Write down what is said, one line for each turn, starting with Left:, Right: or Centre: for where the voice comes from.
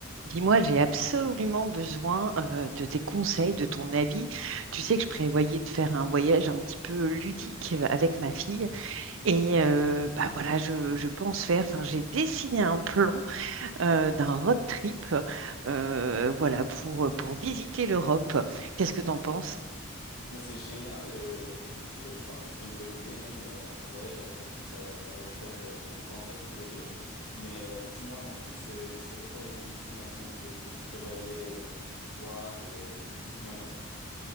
Right: Dis-moi, j'ai absolument besoin euh, de tes conseils, de ton avis. Tu sais que je prévoyais de faire un voyage un petit peu ludique euh, avec ma fille. Et euh, bah voilà, je, je pense faire, enfin j'ai dessiné un plan euh, d'un road trip euh, voilà, pour, pour visiter l'Europe. Qu'est-ce que t'en penses?
Left: Mais c'est génial. euh, écoute, euh, je pense que c'est une bonne idée, même euh, un voyage avec ta fille, ça va, ça va vous faire euh, grandir tous les deux. Mais euh, dis-moi en plus, euh, c'était quoi les destinations que, que tu prévoyais euh, voir? euh, dis-moi en plus.